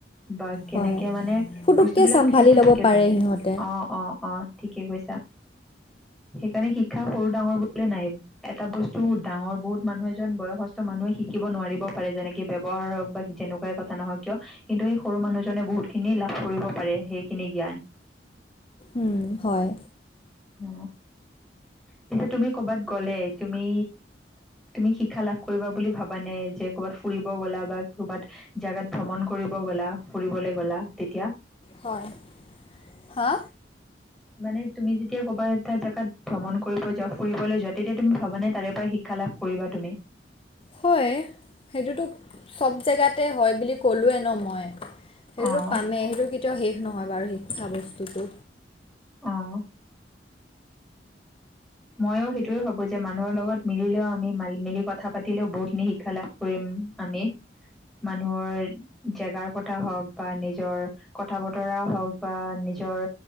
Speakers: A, in the centre; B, on the left (about 30°).
A: বা কেনেকে
B: হয়
A: মানে
B: ফুটুককৈ
A: বস্তু বিলাক
B: চম্ভালি
A: সিহঁতে
B: ল'ব
A: থাকে
B: পাৰে
A: জানে।
B: সিহঁতে
A: অ', অ', অ', থিক। কি কৈছা? সেইকাৰণে শিক্ষা সৰু ডাঙৰ বুলি নাই, এটা বস্তু ডাঙৰ বহুত মানুহ এজন বয়সস্থ মানুহ শিকিব নোৱাৰিব পাৰে, যেনেকে ব্যৱহাৰ হওক বা যেনেকুৱাই কথা নহওক কিয় কিন্তু এই সৰু মানুহজনে বহুত খিনি লাভ কৰিব পাৰে সেইখিনি জ্ঞান।
B: উম, হয়।
A: অ', পিছে তুমি ক'ৰবাত গ'লে তুমি, তুমি শিক্ষা লাভ কৰিবা বুলি ভাবানে, যে ক'ৰবাত ফুৰিব গ'লা, বা ক'ৰবাত জাগাত ভ্ৰমণ কৰিব গ'লা, ফুৰিবলৈ গ'লা তেতিয়া
B: হয়, হা।
A: মানে তুমি যেতিয়া ক'বা এটা জাগাত ভ্ৰমণ কৰিব যাওঁ, ফুৰিবলৈ যাওঁ। তেতিয়া তুমি ভাবানে তাৰে পৰা শিকা শিক্ষা লাভ কৰিবা তুমি?
B: হয়, সেইটোতো চব জেগাতে হয় বুলি ক'লোৱে ন মই সেইটোটো
A: অঁ
B: পামেই, সেইটো কেতিয়াও শেষ নহয় বাৰু শিক্ষা বস্তুটো
A: অ', ময়ো সেইটোৱে ভাবোঁ যে, মানুহৰ লগত মিলিলেও আমি মাৰি- মিলি কথা পাতিলেও বহুতখিনি শিক্ষা লাভ কৰিম। আমি। মানুহৰ জেগাৰ কথা হওঁক, বা নিজৰ কথা বতৰা হওঁক, বা নিজৰ